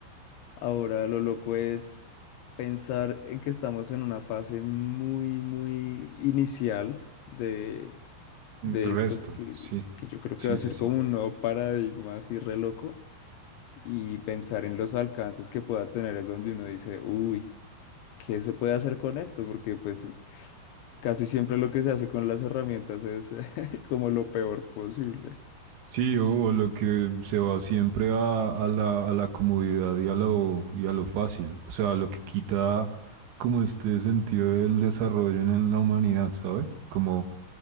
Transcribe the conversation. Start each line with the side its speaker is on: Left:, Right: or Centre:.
Left: Ahora lo loco es pensar en que estamos en una fase muy, muy inicial de, de
Right: Resto,
Left: esto que,
Right: sí,
Left: que yo creo
Right: sí,
Left: que va a ser
Right: sí, sí.
Left: como un nuevo paradigma así re loco y pensar en los alcances que pueda tener es donde uno dice, uy, ¿qué se puede hacer con esto? Porque pues l- casi siempre lo que se hace con las herramientas es <laughs> como lo peor posible.
Right: Sí, o, o lo que se va siempre a, a la, a la comodidad y a lo, y a lo fácil. O sea, lo que quita como este sentido del desarrollo en el- la humanidad, ¿sabe? Como